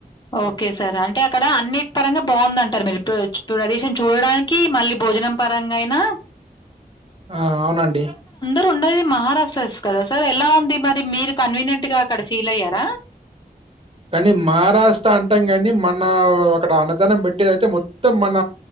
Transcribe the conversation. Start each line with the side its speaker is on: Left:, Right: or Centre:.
Left: ఓకే సార్ అంటే అక్కడ అన్నిట్ పరంగ బాగుందంటారు మీరు ఇప్పుడు చు ప్రదేశం చూడడానికి మళ్ళీ భోజనం పరంగా అయినా
Right: ఆ అవునండి
Left: ఉండది మహారాష్ట్ర కదా సార్ ఎలా ఉంది మరి మీరు కన్వీనియంట్ గా అక్కడ ఫీల్ అయ్యారా
Right: కానీ మహారాష్ట్ర టంగాని ము మన్నా ఓ ఒకట అన్నదనం పేట్టి అయితే మొ మొత్తం మన